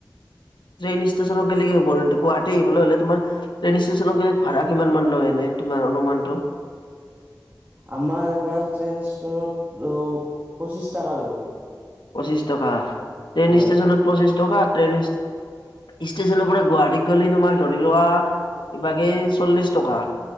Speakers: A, on the left; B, on the right.
A: টেইনষ্টেচন কে গুৱাহাটী আহিবলৈ হ'লে তোমাৰ ট্ৰেইন ষ্টেচনক গ'লে ভাড়া কিমান মান লয় এনেই তোমাৰ অনুমানটো?
B: আমাৰ এইয়াৰ পৰা ট্ৰেইন ষ্টেশচনত পঁচিছ টকা ল'ব।
A: পঁচিশ টকা। ট্ৰেইন
B: হয়
A: ষ্টেশচনত পঁচিশ টকা ট্ৰেইন ষ্টেশচনৰ পৰা গুৱাহাটীত গ'লে তোমাৰ ধৰি লোৱা কিবাকে চল্লিশ টকা।